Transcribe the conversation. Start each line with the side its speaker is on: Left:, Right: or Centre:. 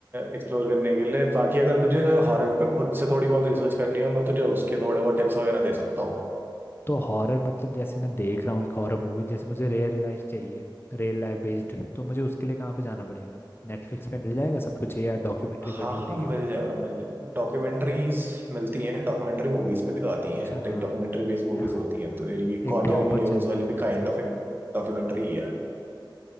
Right: एक्सप्लोर करने के लिए बाकी अगर तुझे हॉरर पे खुद से थोड़ी बहुत रिसर्च करनी हो मैं तुझे उसके थोड़े बहुत टिप्स वगैरह दे सकता हूँ
Left: तो हॉरर मतलब जैसे मैं देख रहा हूँ एक हॉरर मूवी जैसे मुझे रियल लाइफ चाहिए रियल लाइफ बेस्ड तो मुझे उसके लिए कहाँ पे जाना पड़ेगा नेटफ्लिक्स पे मिल जाएगा सब कुछ या डॉक्यूमेंट्री
Right: हाँ
Left: पढ़नी
Right: हाँ
Left: पड़ेगी
Right: मिल
Left: फिर
Right: जाएगा मिल जाएगा डॉक्यूमेंट्रीज मिलती हैं डॉक्यूमेंट्री मूवीज पे भी तो आती
Left: अच्छा
Right: हैं
Left: हाँ
Right: लाइक डॉक्यूमेंट्री बेस्ड मूवीज
Left: यहाँ
Right: होती हैं तो ये
Left: एक
Right: कॉन्जरिंग
Left: प्रॉपर
Right: यूनिवर्स
Left: चलती
Right: वाली
Left: है
Right: भी
Left: हाँ
Right: काइंड
Left: सही
Right: ऑफ
Left: है।
Right: एक डॉक्यूमेंट्री ही है